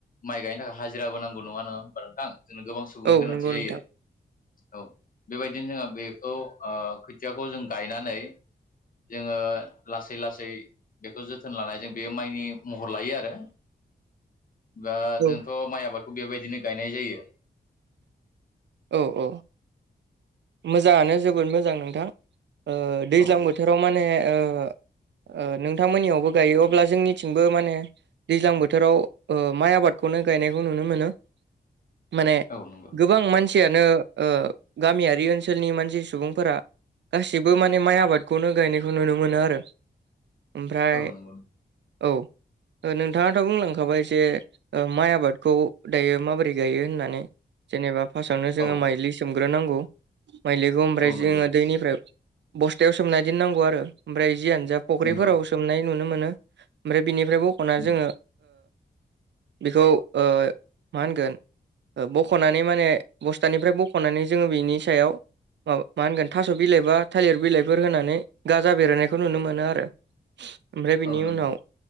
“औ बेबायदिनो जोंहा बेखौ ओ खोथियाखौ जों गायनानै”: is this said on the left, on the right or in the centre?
Left